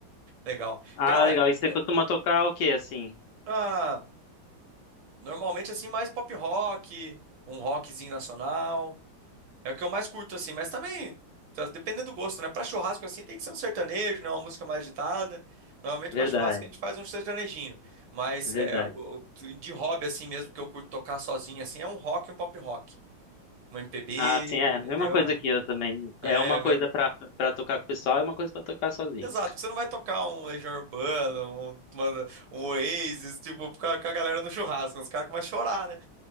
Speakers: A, on the right; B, on the left.
A: Legal.
B: Ah,
A: Cara,
B: legal. E você
A: é,
B: costuma tocar o quê, assim?
A: ah, Normalmente, assim, mais pop rock, um rockzinho nacional. É o que eu mais curto, assim, mas também, tá, dependendo do gosto, né? Pra churrasco, assim, tem que ser um sertanejo, né? Uma música mais agitada. Normalmente,
B: Verdade,
A: pra churrasco, a gente faz um sertanejinho. Mas
B: verdade.
A: é, o- o- de hobby, assim mesmo, que eu curto tocar sozinho, assim, é um rock e um pop rock. Um MPB,
B: Ah, sim, é. Mesma
A: entendeu?
B: coisa que eu também.
A: É,
B: É uma
A: é
B: coisa
A: meu.
B: pra, pra tocar com o pessoal e uma coisa pra tocar sozinho.
A: Exato, porque você não vai tocar um Legião Urbana, um, uma- um Oasis, tipo, com a, com a galera no churrasco. né? Os caras começam a chorar, né?